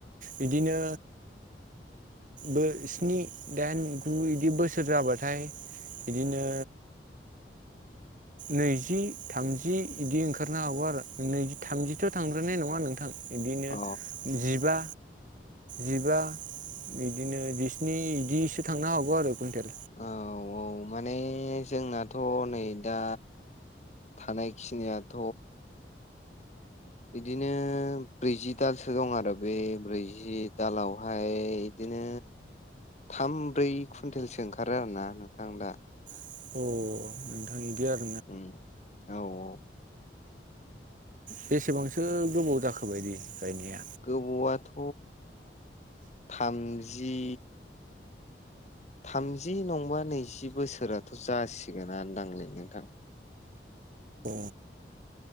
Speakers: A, on the right; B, on the left.
A: बिदिनो बो स्नि दाइन गु बिदि बोसोर जाबाथाय बिदिनो
B: <inaudible>
A: नैजि थामजि बिदि ओंखारनो हागौ आरो नैजि थामजिथ थांग्रोनाय नङा नोंथां बिदिनो
B: अ
A: जिबा जिबा बिदिनो जिस्नि बिदिसो थांनो हागौ आरो कुन्टेल
B: औ औ माने जोंनाथ नै दा थानाय खिनियाथ इदिनो ब्रैजि दालसो दं आरो बे ब्रैजि दालावहाय इदि नो थाम ब्रै कुन्टेलसो ओंखारो आरोना नोंथां दा
A: अ नोंथां बिदि आरो
B: उम औ औ
A: बेसेबांसो गोबाव जाखो बायदि गायनाया
B: गोबौआथ' थामजि थामजि नंबा नैजि बोसोराथ' जासिगोनोदांलै नोंथां
A: अ